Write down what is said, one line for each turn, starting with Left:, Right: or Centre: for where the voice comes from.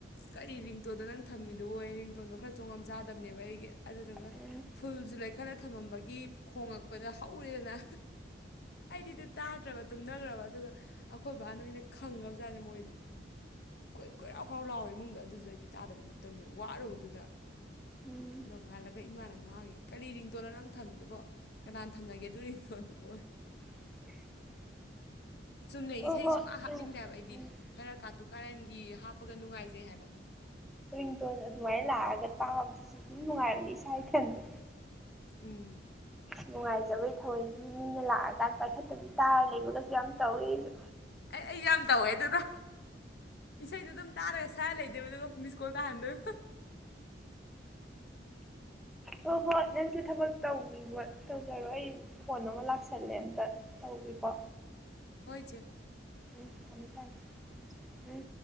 Left: ꯀꯔꯤ ꯔꯤꯡꯇꯣꯟꯗꯣ ꯅꯪ ꯊꯝꯃꯤꯗꯨꯕꯣ ꯑꯩ ꯔꯤꯡꯇꯣꯟꯗꯣ ꯈꯔ ꯆꯣꯡꯉꯝ ꯆꯥꯗꯕꯅꯦꯕ ꯑꯩꯒꯤ ꯑꯗꯨꯗꯨꯒ
Centre: ꯎꯝ
Left: ꯐꯨꯜꯁꯨ ꯂꯩꯈꯠꯂ ꯊꯝꯃꯝꯕꯒꯤ ꯈꯣꯡꯂꯛꯄꯗ ꯍꯧꯔꯦꯗꯅ ꯑꯩꯗꯤ ꯑꯗꯨ ꯇꯥꯗ꯭ꯔꯕ ꯇꯨꯝꯊꯈ꯭ꯔꯕ ꯑꯗꯨꯒ ꯑꯩꯈꯣꯏ ꯕꯕꯥ ꯅꯣꯏꯅ ꯈꯪꯉꯕ ꯖꯥꯠꯅꯦ ꯃꯣꯏꯗꯤ ꯀꯣꯏ ꯀꯣꯏꯔꯥꯎ ꯈꯔꯥꯎ ꯂꯥꯎꯋꯦ ꯏꯃꯨꯡꯗꯣ ꯑꯗꯨꯁꯨ ꯑꯩꯗꯤ ꯇꯥꯗꯕꯤ ꯑꯗꯨꯝ ꯇꯝꯃꯦ ꯋꯥꯔꯨꯕꯗꯨꯗ
Centre: ꯎꯝ
Left: ꯅꯣꯡꯉꯥꯜꯂꯒ ꯏꯃꯥꯅ ꯉꯥꯡꯉꯤ ꯀꯔꯤ ꯔꯤꯡꯇꯣꯟꯅꯣ ꯅꯪ ꯊꯝꯃꯤꯗꯨꯕꯣ ꯀꯅꯥꯅ ꯊꯝꯅꯒꯦ ꯑꯗꯨꯔꯤꯇꯣꯟꯗꯕꯣꯏ
Centre: <inaudible>
Left: ꯆꯨꯝꯅ
Centre: ꯑꯣ
Left: ꯏꯁꯩ
Centre: ꯍꯣꯏ
Left: ꯁꯨꯡꯉꯥ ꯍꯥꯞꯅꯤꯡꯗꯕ
Centre: ꯎꯝ
Left: ꯑꯩꯗꯤ
Centre: ꯎꯝ
Left: ꯈꯔ ꯀꯥꯇꯨ ꯀꯥꯔꯟꯒꯤ ꯍꯥꯞ ꯄꯒ ꯅꯨꯡꯉꯥꯏꯖꯩ ꯍꯥꯏꯕ
Centre: ꯔꯤꯡꯇꯣꯟ ꯑꯗꯨꯃꯥꯏꯅ ꯂꯥꯛꯑꯒ ꯇꯥꯕꯗꯨꯁꯨ ꯁꯨꯝ ꯅꯨꯡꯉꯥꯏꯕꯅꯤ ꯏꯁꯥ ꯏꯊꯟꯗ
Left: ꯎꯝ
Centre: ꯅꯨꯡꯉꯥꯏꯖꯕꯩ ꯊꯑꯣꯏꯗꯤ ꯃꯤꯅ ꯂꯥꯛꯑꯀꯥꯟ ꯄꯥꯏꯈꯠꯇꯗꯤ ꯇꯥꯔ ꯂꯩꯕꯒꯁꯨ ꯌꯥꯝ ꯇꯧꯋꯦ ꯑꯩꯁꯨ
Left: ꯑꯩ ꯑꯩ ꯌꯥꯝ ꯇꯧꯋꯦ ꯑꯗꯨꯗꯣ ꯏꯁꯩꯗꯣ ꯑꯗꯨꯝ ꯇꯥꯔꯒ ꯁꯔ ꯂꯩꯗꯦꯕ ꯑꯗꯨꯒ ꯃꯤꯁꯀꯣꯜ ꯇꯥꯍꯟꯗꯣꯏꯕꯣ
Centre: ꯍꯣꯏ ꯍꯣꯏ ꯅꯪꯁꯨ ꯊꯕꯛ ꯇ ꯇꯧꯖꯔꯣ ꯑꯩ ꯐꯣꯟ ꯑꯃ ꯂꯥꯛꯁꯜꯂꯦ ꯑꯝꯇ ꯇꯧꯕꯤꯀꯣ
Left: ꯍꯣꯏ ꯆꯦ
Centre: ꯎꯝ ꯊꯝꯃꯦ ꯊꯝꯃꯦ ꯎꯝ